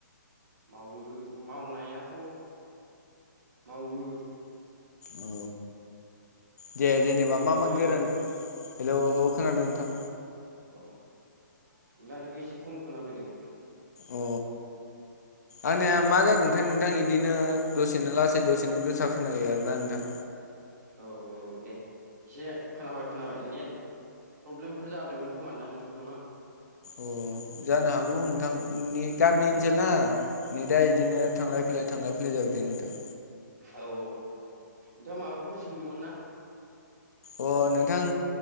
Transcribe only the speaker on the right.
मावो मावनायाथ मावो
हेलौ हेलौ
हेलौ
अ दानिखौ एसे खम खोनाफैदों
औ औ दे एसे खोनाबाय खोनाबाय नेट प्रब्लेमफोर जादोंमोन खोमादां नोंथांना
अ
अ
औ
औ औ नोंथाङा माबाफोर सोंदोंमोन ना।